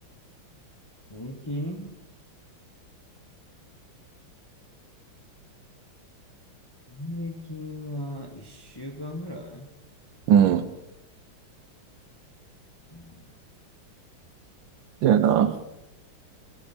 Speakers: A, on the left; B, on the right.
A: 平均平均は1週間ぐらい、
B: うん。
A: うん、
B: だよな。